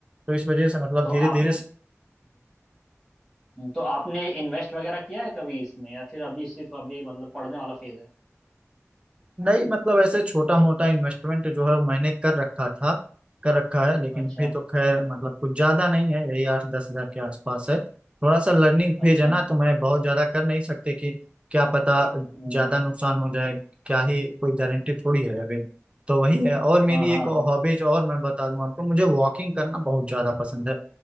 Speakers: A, on the right (about 25°); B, in the centre.
A: तो इस वजह से मतलब
B: तो
A: धीरे
B: आपने
A: धीरे
B: हम्म, तो आपने इन्वेस्ट वगैरह किया है कभी इसमें या फिर अभी सिर्फ अभी मतलब पढ़ने वाला फेज है
A: नहीं मतलब ऐसे छोटा मोटा इन्वेस्टमेंट जो है मैंने कर रखा था कर रखा है लेकिन
B: अच्छा
A: भी तो खैर मतलब कुछ ज्यादा नहीं है यही आठ दस हजार के आसपास है थोड़ा सा लर्निंग फेज
B: अच्छा
A: है ना तो मैं बहुत ज्यादा कर नहीं सकते कि क्या पता
B: हम्म
A: ज्यादा नुकसान हो जाए क्या ही कोई गारंटी थोड़ी है अभी तो वही है और मेरी
B: हाँ
A: एक
B: हाँ हाँ
A: हॉबीज और मैं बता दूं आपको मुझे वॉकिंग करना बहुत ज्यादा पसंद है